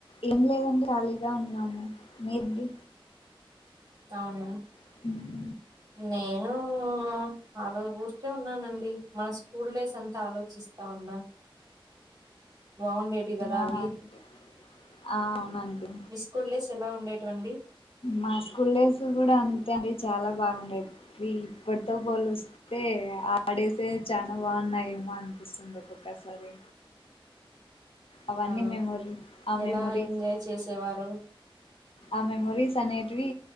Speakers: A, on the left (about 80°); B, on the right (about 40°).
A: ఏం లేదండి ఖాలీగా ఉన్నాము మీరండి
B: అవున
A: <unintelligible>
B: నేనూ ఆ అలా ఊరికే ఉన్నానండి మా స్కూల్ డేస్ అంతా ఆలోచిస్తా ఉన్నా బాగుండేవి కదా
A: అవునండి
B: అవి
A: అవునండి
B: మీ స్కూల్ డేస్ ఎలా ఉండేటవండి
A: మా స్కూల్ డేస్ కూడా అంతే అండి చాలా బాగుండేది ఈ ఇప్పటితో పోలుస్త అయితే ఆడేసే చానా బాగున్నాయేమో అనిపిస్తుంది ఒక్కొక్కసారి అవన్నీ
B: ఆ
A: మెమోరీ ఆ
B: ఎలా
A: మెమోరీస్
B: ఎంజాయ్ చేసేవారు
A: ఆ మెమొరీస్ అనేటివి